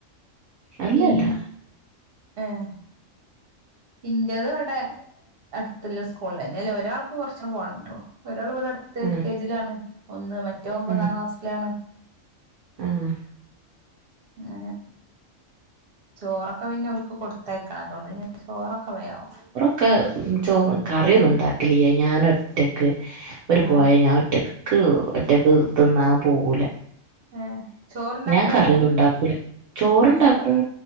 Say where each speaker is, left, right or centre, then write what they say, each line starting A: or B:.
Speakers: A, on the right; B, on the right.
A: അല്ലല്ല
B: ഇൻ ഏഹ് ഇന്റേത് ഇവിടെ അടുത്തുള്ള സ്കൂളിലാ ഇല്ലേ അതില് ഒരാൾക്ക് കൊറച്ച് കൂടി പോകണം കേട്ടോ ഒരാൾ ഇവിടെ അട് - എൽ
A: ആഹ്
B: കെ ജിലാണ് ഒന്ന് മറ്റോ ഒമ്പതാം
A: ആഹ്
B: ക്ലാസ്സിലാണ്.
A: ആഹ്
B: അങ്ങനെ ചോറൊക്കെ പിന്നെ ഓല്ക്ക് കൊടുത്തയക്കണള്ളോ അതോണ്ട്ണ്ട് ചോറൊക്കെ വേഗയാവും
A: ഒക്കെ ചോറ് കറിയൊന്നും ഉണ്ടാക്കില്ല ഞാൻ ഒറ്റയ്ക്ക് ഇവര് പോയാൽ
B: ആ
A: ഞാൻ ഒറ്റയ്ക്ക് എനക്ക്‌ ഒറ്റക്ക് തിന്ന പോവൂല
B: ഏ ചോറുണ്ടാക്കല
A: ഞാൻ കറിയൊന്നു ഉണ്ടാക്കൂല ചോറുണ്ടാക്കും
B: ഏ